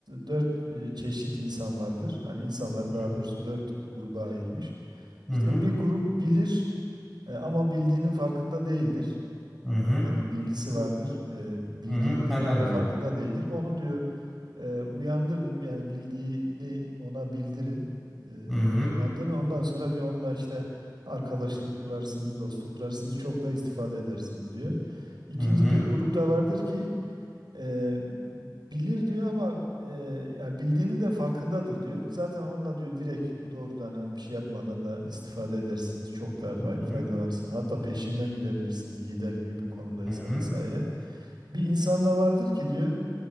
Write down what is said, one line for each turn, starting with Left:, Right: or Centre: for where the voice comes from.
Right: dört e, çeşit insan vardır. Hani insanları
Centre: hı
Right: daha doğrusu dört gruba ayırmış.
Centre: hı
Right: İşte bir grup bilir e, ama bildiğinin farkında değildir.
Centre: hı hı
Right: Yani bilgisi vardır, e, bilgilidir
Centre: hı, hı. anladım
Right: ama farkında
Centre: hocam.
Right: değildir. Onu diyor e, uyandırın yani bildiğini ona bildirin. E,
Centre: Hı hı
Right: uyandırın ondan sonra diyor onunla işte arkadaşlık kurarsınız, dostluk kurarsınız, çok da istifade edersiniz diyor. İkinci
Centre: hı hı
Right: bir grup da vardır ki Eee, bilir diyor ama eee yani bildiğinin de farkındadır diyor. Zaten onunla diyor direkt doğrudan hani bir şey yapmadan da istifade edersiniz. Çok daha fay-
Centre: hı
Right: faydalanırsınız. Hatta peşinden gidebilirsiniz lider gibi bir konumdaysa
Centre: hı
Right: vesaire. Bir insanda vardır ki diyor